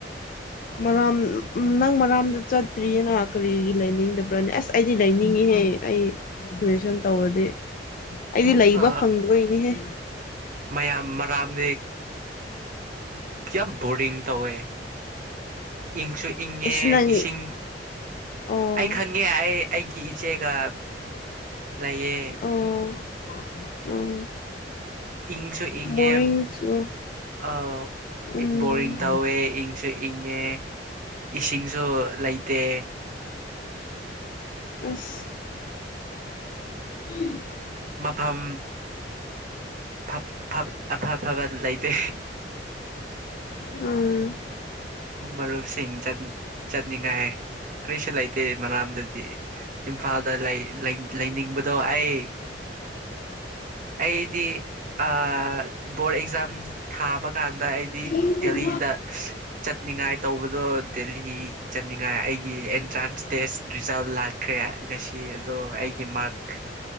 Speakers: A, on the left; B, on the right.
A: ꯃꯔꯥꯝ ꯎꯝ ꯅꯪ ꯃꯔꯥꯝꯗ ꯆꯠꯇ꯭ꯔꯤꯌꯦꯅ ꯀꯔꯤꯒꯤ ꯂꯩꯅꯤꯡꯗꯕ꯭ꯔꯅꯦ ꯑꯁ ꯑꯩꯗꯤ ꯂꯩꯅꯤꯡꯉꯤꯍꯦ ꯑꯩ ꯒ꯭ꯔꯦꯖꯨꯌꯦꯁꯟ ꯇꯧꯔꯗꯤ ꯑꯩꯗꯤ ꯂꯩꯕ
B: ꯑ
A: ꯐꯪꯗꯕꯩꯅꯤꯍꯦ
B: ꯃꯌꯥꯝ ꯃꯔꯥꯝꯗꯤ ꯌꯥꯝ ꯕꯣꯔꯤꯡ ꯇꯧꯋꯦ ꯏꯪꯁꯨ ꯏꯪꯉꯦ
A: ꯑꯩꯁ ꯅꯪ
B: ꯏꯁꯤꯡ
A: ꯑꯣ
B: ꯑꯩ ꯈꯪꯉꯦ ꯑꯩ ꯑꯩꯒꯤ ꯏꯆꯦꯒ ꯂꯩꯌꯦ
A: ꯑꯣ ꯑꯣ
B: ꯏꯪꯁꯨ ꯏꯪꯉꯦ
A: ꯕꯣꯔꯤꯡ ꯆꯨ
B: ꯑ
A: ꯎꯝ
B: ꯕꯣꯔꯤꯡ ꯇꯧꯋꯦ ꯏꯪꯁꯨ ꯏꯪꯉꯦ ꯏꯁꯤꯡꯁꯨ ꯂꯩꯇꯦ
A: ꯑꯁ ꯑ꯭ꯍꯝ <inaudible>
B: ꯃꯐꯝ ꯐꯞ-ꯐꯞ ꯑꯐ ꯑꯐꯕ ꯂꯩꯇꯦ
A: ꯎꯝ
B: ꯃꯔꯨꯞꯁꯤꯡ ꯆꯠꯅꯤꯡꯉꯥꯏ ꯀꯔꯤꯁꯨ ꯂꯩꯇꯦ ꯃꯔꯥꯝꯗꯗꯤ ꯏꯝꯐꯥꯜꯗ ꯂꯩ-ꯂꯩ-ꯂꯩꯅꯤꯡꯕꯗꯣ ꯑꯩ ꯑꯩꯗꯤ ꯑ ꯕꯣꯔꯗ ꯑꯦꯛꯖꯥꯝ ꯊꯥꯕ ꯀꯥꯟꯗ ꯑꯩꯗꯤ
A: ꯎꯝ
B: ꯗꯦꯍꯤꯗ ꯆꯠꯅꯤꯡꯉꯥꯏ ꯇꯧꯕꯗꯣ ꯗꯦꯍꯤ ꯆꯠꯅꯤꯡꯉꯥꯏ ꯑꯩꯒꯤ ꯑꯦꯟꯇ꯭ꯔꯥꯟꯁ ꯇꯦꯁ ꯔꯤꯖꯜ ꯂꯥꯛꯀ ꯈ꯭ꯔꯦ ꯉꯁꯤ ꯑꯗꯣ ꯑꯩꯒꯤ ꯃꯥꯔꯛ